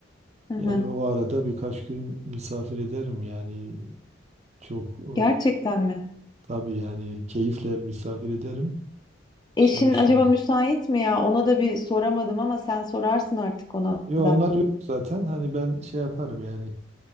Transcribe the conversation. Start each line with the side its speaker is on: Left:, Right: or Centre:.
Left: Hı hı.
Right: Yani o arada birkaç gün misafir ederim yani çok e,
Left: Gerçekten mi?
Right: Tabii yani keyifle misafir ederim
Left: Eşin
Right: sonuçta.
Left: acaba müsait mi ya? Ona da bir soramadım ama sen sorarsın artık ona
Right: Yo,
Left: da.
Right: onlar yok zaten. Hani ben şey yaparım yani.